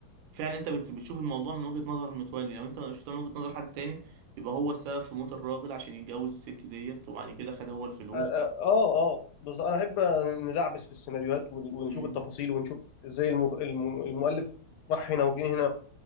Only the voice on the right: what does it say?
فعلا انت بت- بتشوف الموضوع من وجهه نظر متولي لو انت شفته من وجهه نظر حد تاني يبقى هو السبب في موت الراجل عشان يتجوز الست ديت وبعد كده خد هو الفلوس
مم.